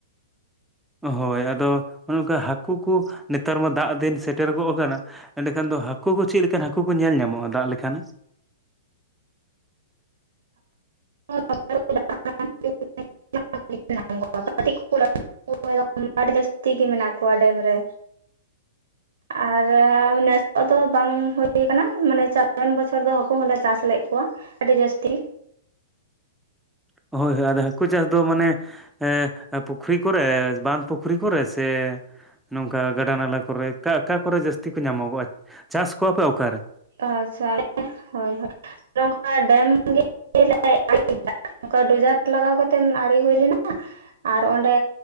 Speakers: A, in the centre; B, on the right (about 75°).
A: ᱦᱳᱭ ᱟᱫᱚᱼᱼ ᱚᱱᱮ ᱚᱱᱠᱟ ᱦᱟᱹᱠᱩ ᱠᱚ ᱱᱮᱛᱟᱨ ᱢᱟ ᱫᱟᱜ ᱫᱤᱱ ᱥᱮᱴᱮᱨ ᱜᱚᱜ ᱠᱟᱱᱟ᱾ ᱮᱸᱱᱟᱹ ᱠᱷᱟᱱ ᱫᱚ ᱦᱟᱹᱠᱩ ᱠᱚ ᱪᱮᱫ ᱞᱮᱠᱟᱱ ᱦᱟᱹᱠᱩ ᱠᱚ ᱧᱮᱞ ᱧᱟᱢᱚᱜᱼᱟ ᱫᱟᱜ ᱞᱮᱠᱷᱟᱱᱮ?
B: <unintelligible> <unintelligible> ᱟᱹᱰᱤ ᱡᱟᱹᱥᱛᱤ ᱜᱮ ᱢᱮᱱᱟᱜ ᱠᱚᱣᱟ ᱰᱮᱢ ᱨᱮ ᱟᱨ ᱱᱮᱥ ᱫᱚ ᱵᱟᱝ ᱦᱩᱭ ᱟᱠᱟᱱᱟ ᱢᱟᱱᱮ ᱪᱟᱞᱟᱣᱮᱱ ᱵᱚᱪᱷᱚᱨ ᱫᱚ ᱦᱟᱹᱠᱩ ᱦᱚᱞᱮ ᱪᱟᱥ ᱞᱮᱫ ᱠᱚᱣᱟ᱾ ᱟᱹᱰᱤ ᱡᱟᱹᱥᱛᱤ᱾
A: ᱦᱳᱭ ᱦᱳᱭ ᱟᱫᱚ ᱦᱟᱹᱠᱩ ᱪᱟᱥ ᱫᱚ ᱢᱟᱱᱮᱼᱼ ᱦᱮᱸ ᱯᱩᱠᱷᱨᱤ ᱠᱚᱨᱮ ᱵᱟᱸᱫ ᱯᱩᱠᱷᱨᱤ ᱠᱚᱨᱮ ᱥᱮᱼᱼ ᱱᱚᱝᱠᱟ ᱜᱟᱰᱟ ᱱᱟᱞᱟ ᱠᱚᱨᱮ ᱚᱠᱟ ᱠᱚᱨᱮ ᱡᱟᱹᱥᱛᱤ ᱠᱚ ᱧᱟᱢᱚᱜᱚᱜᱼᱟ ᱪᱟᱥ ᱠᱚᱣᱟ ᱯᱮ ᱚᱠᱟᱨᱮ?
B: ᱟᱪᱪᱷᱟ ᱦᱳᱭ ᱦᱳᱭ ᱱᱚᱝᱠᱟ ᱰᱮᱢ ᱜᱮ, <unintelligible> ᱱᱚᱝᱠᱟ ᱰᱩᱡᱟᱨ ᱠᱚ ᱞᱟᱜᱟᱣ ᱠᱟᱛᱮᱫ ᱟᱲᱮ ᱦᱩᱭ ᱞᱮᱱᱟ᱾ ᱟᱨ ᱚᱸᱰᱮ